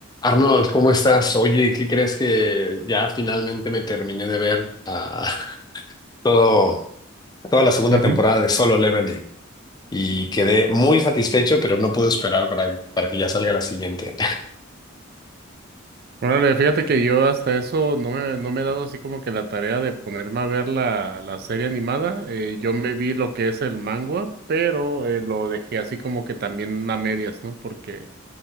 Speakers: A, on the left; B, on the right.
A: Arnold, ¿cómo estás? Oye, ¿qué crees que ya finalmente me terminé de ver ah, <laughs> todo, toda la segunda
B: Ujú.
A: temporada de Solo Leveling? Y quedé muy satisfecho, pero no puedo esperar para, para que ya salga la siguiente.
B: Órale, fíjate que yo hasta eso no me, no me he dado así como que la tarea de ponerme a ver la, la serie animada. Eh, yo me vi lo que es el manga, pero eh, lo dejé así como que también a medias, ¿no? Porque